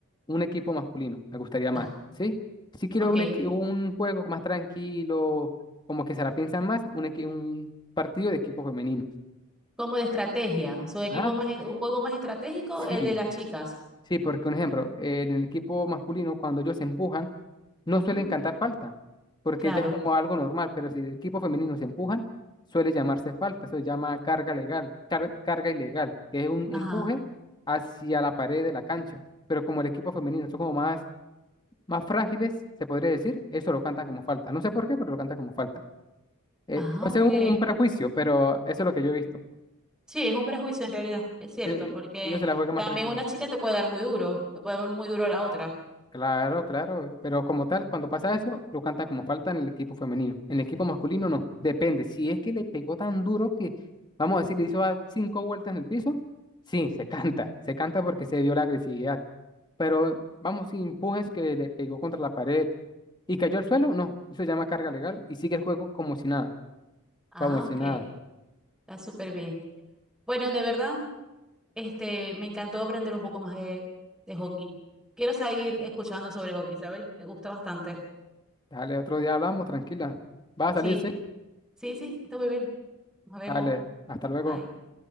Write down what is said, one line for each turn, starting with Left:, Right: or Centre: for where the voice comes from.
Left: un equipo masculino, me gustaría más,
Centre: Ah,
Left: ¿sí? Si quiero
Centre: ok.
Left: un, equi- un juego más tranquilo, como que se la piensan más, un, equi- un partido de equipos femeninos.
Centre: Como de estrategia, o sea, un equipo
Left: Ajá,
Centre: más, un juego más estratégico,
Left: sí,
Centre: el de las chicas.
Left: sí, porque un ejemplo, eh, en el equipo masculino, cuando ellos se empujan, no
Centre: Ujú,
Left: suelen cantar falta, porque
Centre: claro.
Left: ya es como algo normal, pero si el equipo femenino se empujan, suele llamarse falta, eso se llama carga legal, car- carga ilegal, que es un empuje
Centre: Ajá.
Left: hacia la pared de la cancha, pero como el equipo femenino, son como más más frágiles, se podría decir, eso lo cantan como falta. No sé por qué, pero lo cantan como falta. Eh,
Centre: Ah,
Left: puede ser
Centre: ok.
Left: un, un prejuicio, pero eso es lo que yo he visto.
Centre: Sí, es un prejuicio en realidad, es cierto,
Left: Eh,
Centre: porque
Left: ellos se la juegan
Centre: también
Left: más tranquilo.
Centre: una chica te puede dar muy duro, te puede dar un muy duro a la otra.
Left: Claro, claro, pero como tal, cuando pasa eso, lo canta como falta en el equipo femenino. En el equipo masculino no, depende. Si es que le pegó tan duro que, vamos a decir, le hizo dar cinco vueltas en el piso, sí, se canta, se canta porque se dio la agresividad. Pero vamos, si empujes que le pegó contra la pared y cayó al suelo, no, eso se llama carga legal y sigue el juego como si nada.
Centre: Ah,
Left: Como si
Centre: ok.
Left: nada.
Centre: Está súper bien. Bueno, de verdad, este, me encantó aprender un poco más de, de hockey. Quiero seguir escuchando sobre hockey, ¿sabéis? Me gusta bastante.
Left: Dale, otro día hablamos, tranquila. Va a salir,
Centre: Sí,
Left: ¿sí?
Centre: sí, sí, está muy bien. Nos vemos.
Left: Dale, hasta luego.
Centre: Bye.